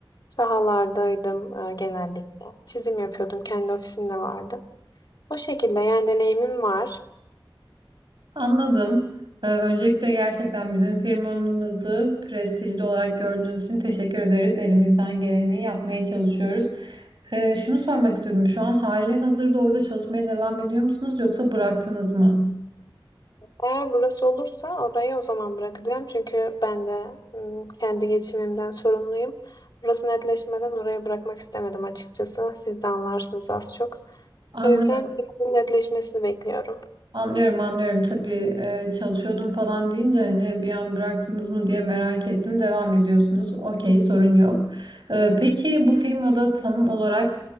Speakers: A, on the left; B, on the right.
A: Sahalardaydım e, genellikle. Çizim yapıyordum, kendi ofisim de vardı. O şekilde yani deneyimim var.
B: Anladım. Ee, öncelikle gerçekten bizim firmamızı prestijli olarak gördüğünüz için teşekkür ederiz. Elimizden geleni yapmaya çalışıyoruz. Ee, şunu sormak istiyordum. Şu an hali hazırda orada çalışmaya devam ediyor musunuz yoksa bıraktınız mı?
A: Eğer burası olursa orayı o zaman bırakacağım. Çünkü ben de ım, kendi geçimimden sorumluyum. Burası netleşmeden oraya bırakmak istemedim açıkçası. Siz de anlarsınız az çok.
B: Anlıyorum.
A: O yüzden buranın netleşmesini bekliyorum.
B: Anlıyorum anlıyorum tabii e, çalışıyordum falan deyince hani bir an bıraktınız mı diye merak ettim devam ediyorsunuz okey sorun yok. E, peki bu firmada tam olarak